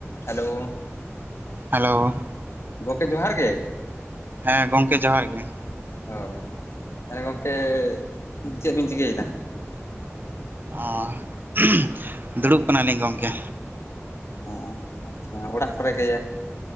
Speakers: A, on the left; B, on the right.
A: ᱦᱮᱞᱳ᱾
B: ᱦᱮᱞᱳ᱾
A: ᱜᱚᱢᱠᱮ ᱡᱚᱦᱟᱨ ᱜᱮ᱾
B: ᱦᱮᱸ ᱜᱚᱝᱠᱮ ᱡᱚᱦᱟᱨ ᱜᱮ᱾
A: ᱦᱳᱭ ᱦᱮᱸ ᱜᱚᱝᱠᱮ ᱪᱮᱫ ᱵᱤᱱ ᱪᱤᱠᱟᱹᱭ ᱮᱫᱟ?
B: ᱚ ᱩᱸᱦᱩᱜ ᱫᱩᱲᱩᱵ ᱠᱟᱱᱟ ᱞᱤᱧ ᱜᱚᱢᱠᱮ᱾
A: ᱚ ᱟᱪᱪᱷᱟ ᱚᱲᱟᱜ ᱠᱚᱨᱮ ᱜᱮ